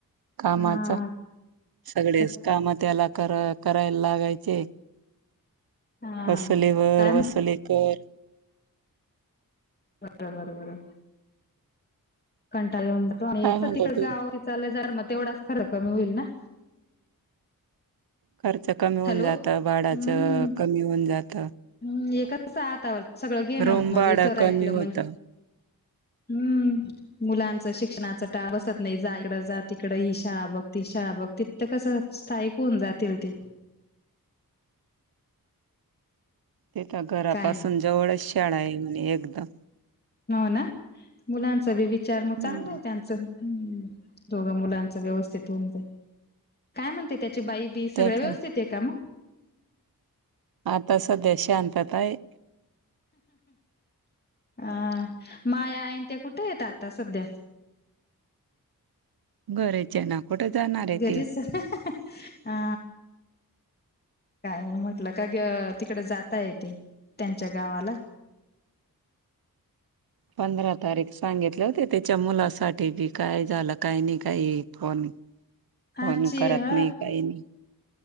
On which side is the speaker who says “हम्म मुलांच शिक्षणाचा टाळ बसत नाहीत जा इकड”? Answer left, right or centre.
Left